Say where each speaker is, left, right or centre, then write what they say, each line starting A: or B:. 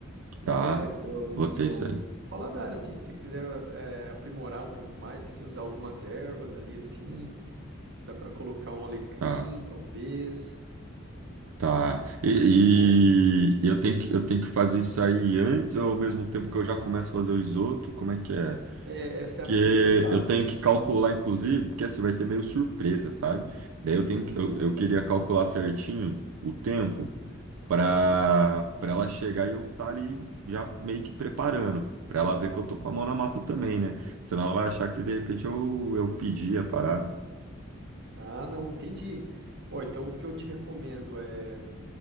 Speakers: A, on the right (about 55°); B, on the right (about 85°).
A: E
B: tá.
A: daí vai do seu, do
B: Botei
A: seu
B: isso aí.
A: paladar, assim, se você quiser é, aprimorar um pouco mais, assim, usar algumas ervas ali, assim, dá para colocar um alecrim,
B: Tá,
A: talvez,
B: tá.
A: ficaria
B: E,
A: muito bom.
B: e eu tenho que, eu tenho que fazer isso aí antes ou ao mesmo tempo que eu já começo a fazer o risoto? Como é que é?
A: É, essa
B: Porque
A: é a primeira etapa.
B: eu tenho que calcular, inclusive, porque assim vai ser meio surpresa, sabe? Daí eu tenho
A: Ah,
B: que, eu, eu queria calcular certinho o tempo para
A: sim.
B: para ela chegar e eu estar ali já meio que preparando, para ela ver que eu tô com a mão na massa também, né? Senão ela vai achar que de repente eu, eu pedi a parada.
A: Ah, não, entendi. Ó, então o que eu te recomendo é